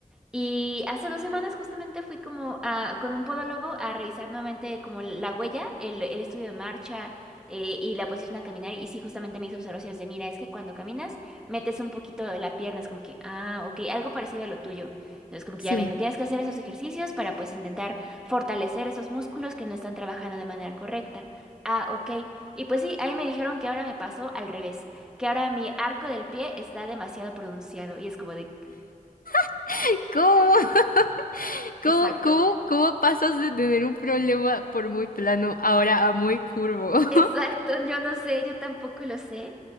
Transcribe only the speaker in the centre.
Y hace dos semanas justamente fui como a- con un podólogo a revisar nuevamente como la huella, el, el estudio de marcha eh, y la posición a caminar. Y sí, justamente mis observaciones de, mira, es que cuando caminas metes un poquito la pierna, es como que, ah, ok, algo parecido a lo tuyo. Entonces como que
ya me dijo, tienes que hacer esos ejercicios para pues intentar fortalecer esos músculos que no están trabajando de manera correcta. Ah, ok. Y pues sí, ahí me dijeron que ahora me pasó al revés, que ahora mi arco del pie está demasiado pronunciado y es como de,
exacto.
Exacto, yo no sé, yo tampoco lo sé,